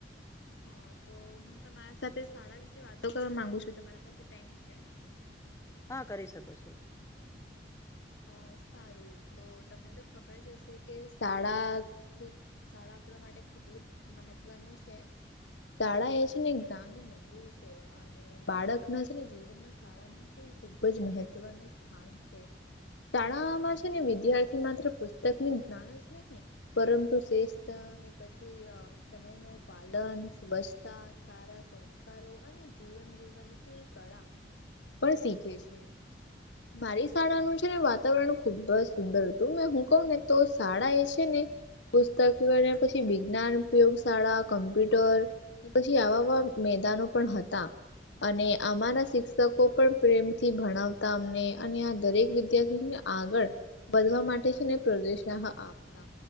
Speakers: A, on the left; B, on the left.
A: હા તો હું તમારા સાથે શાળા વિશે વાતો કરવા માંગુ છું તમારી પાસે ટાઈમ છે.
B: હા કરી શકો છો.
A: અ સારું તો ત તો ખબર જ હશે કે શાળાથી શાળા આપણા માટે કેટલી મહત્વનું છે શાળા એ છે ને જ્ઞાન નું મંદિર છે. અને બાળક નું છે ને જીવનમાં શાળાનું ખુબ જ મહત્વનું સ્થાન છે. શાળામાં છે ને વિદ્યાર્થી માત્ર પુસ્તકની જ્ઞાન જ નહી પરંતુ શિસ્ત અને <inaudible> સમય નું પાલન સ્વચ્છતા સારા સંસ્કારો અને જીવ કળા પણ શીખે છે મારી શાળા નુજ વાતાવરણ ખુબ સુંદર હતું મે હું કહું ને તો શાળા એ છે ને પુસ્તક મેળવ્યા પછી વિજ્ઞાન ઉપયોગ શાળા કમ્પ્યુટર પછી આવાવા મેદાનો પણ હતા અને આમારા શિક્ષકો પણ પ્રેમથી ભણાવતા અમને અને આ દરેક વિ વિદ્યાર્થીને આગળ વધવા માટે છે ને <inaudible> આપતા.